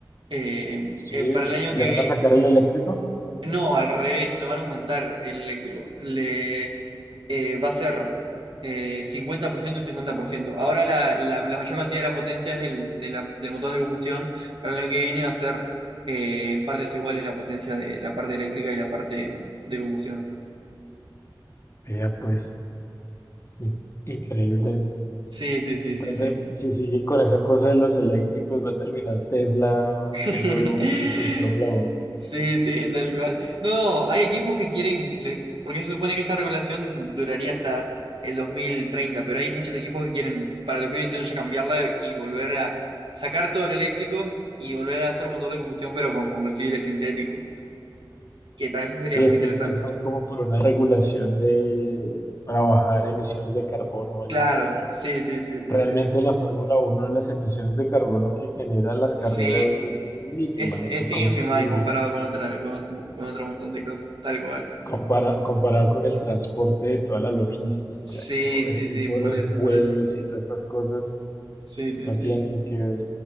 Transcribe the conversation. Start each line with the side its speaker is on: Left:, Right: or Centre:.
Right: Eh,
Left: Sí,
Right: eh, para el año
Left: le
Right: que
Left: van
Right: viene.
Left: a sacar el eléctrico.
Right: No, al revés, lo van a aumentar el eléctrico. Le, eh, va a ser eh, 50% y 50%. Ahora la, la- la mayor cantidad de la potencia es del, de la- del motor de combustión. Para el año que viene va a ser eh, en partes iguales la potencia de la parte eléctrica y la parte de combustión.
Left: Vea, pues, in- increíble esto.
Right: Sí, sí, sí, sí,
Left: Tal
Right: sí.
Left: vez si sigue con esa cosa de los eléctricos va a terminar Tesla
Right: <laughs>
Left: siendo de un equipo de Fórmula Uno
Right: Sí, sí, tal cual. No, hay equipos que quieren, le- porque se supone que esta regulación duraría hasta el 2030, pero hay muchos equipos que quieren para el 2028 ya cambiarla y volver a sacar todo el eléctrico y volver a hacer un motor de combustión, pero con combustible sintético, que tal, eso sería
Left: Sí,
Right: muy
Left: es
Right: interesante.
Left: que es es más como por una regulación de para bajar emisiones de carbono o algo
Right: Claro,
Left: así, pero
Right: sí, sí, sí, sí,
Left: Realmente
Right: sí.
Left: la Fórmula 1, las emisiones de carbono que generan las
Right: Sí,
Left: carreras es muy mínima,
Right: es, es
Left: el combustible,
Right: ínfima en comparado con otra, con otro, con otro montón de cosas, tal cual.
Left: compara- comparado con el transporte de toda la logística
Right: Sí,
Left: y todo
Right: sí,
Left: esto
Right: sí,
Left: y todos
Right: por
Left: los
Right: eso,
Left: vuelos
Right: por eso.
Left: y todas esas cosas,
Right: Sí, sí,
Left: no
Right: sí,
Left: tiene
Right: sí,
Left: nada que ver.